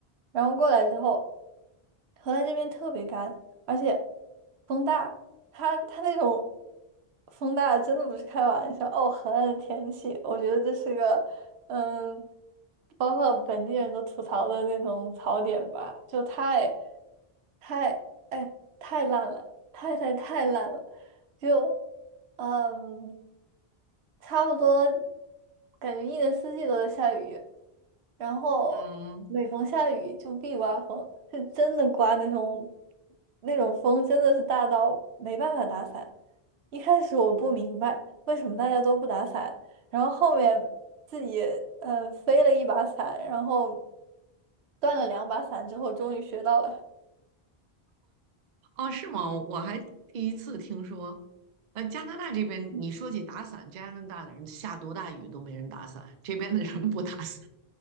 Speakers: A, on the right; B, on the right.
A: 然后过来之后，荷兰这边特别干，而且风大，它它那种风大真的不是开玩笑哦。荷兰的天气，我觉得这是个嗯，包括本地人都吐槽的那种槽点吧，就太太哎太烂了，太太太烂了，就嗯。差不多，感觉一年四季都在下雨，然后每逢下雨就必刮风，
B: 嗯，
A: 是真的刮那种那种风，真的是大到没办法打伞。一开始我不明白为什么大家都不打伞，然后后面自己呃飞了一把伞，然后断了两把伞之后，终于学到了
B: 哦，是吗？我我还第一次听说，呃，加拿大这边你说起打伞，
A: 嗯
B: 加拿大的人下多大雨都没人打伞，这边的人不打伞，